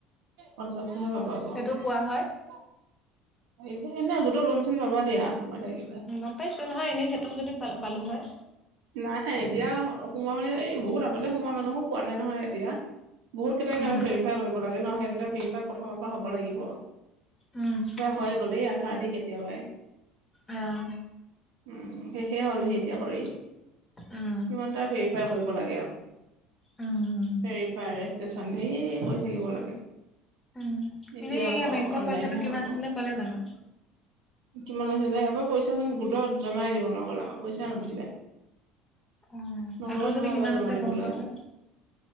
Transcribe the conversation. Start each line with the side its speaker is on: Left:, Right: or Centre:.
Right: পঞ্চাশ টুহে পাবা বাৰু
Left: সেইটো পোৱা হয়
Right: এই এনে আগতে লোন চোন পাবা দিয়া সোমাই থাকিলে
Left: উম গম পাইছো নহয় এনেই সেইটো যদি পাল
Right: উম
Left: পালো হয়
Right: নাই হে এতিয়া সোমোৱা মানে এই বহুত আগতে সোমোৱা মানুহো পোৱা নাই নহয় এতিয়া বহুত কেইটা সিহঁতৰ
Left: উম
Right: ভেৰিফাই কৰিব লাগে ন সেইকেইটা ভেৰিফাই প্ৰথমৰ পৰা হব লাগিব
Left: উম
Right: হৈ গল আধা আধি কেতিয়াবাই
Left: আহ
Right: উম শেষে হ'লহি এতিয়া কৰি কিমানটা
Left: উম
Right: ভেৰিফাই কৰিব লাগে আকৌ
Left: উম উম
Right: ভেৰিফাই ৰেস্টেচন ধেই কৰি থাকিব লাগে
Left: উম
Right: এতিয়া
Left: এনে
Right: আকৌ
Left: এয়া বেংকৰ
Right: অনলাইনহে
Left: পইচাটো কিমান
Right: হ'ব
Left: আছিলে কলে জানো
Right: কিমান আছিলে এবাৰ পইচাচোন গোটত জমাই দিব নগ'লে আমাৰ পইচাই নুঠিলে
Left: উম সেইটোও
Right: নগলে
Left: যদি
Right: নহয়
Left: কিমান
Right: এইবাৰ জমা
Left: আছে
Right: দিবলৈ
Left: গম পোৱা হয়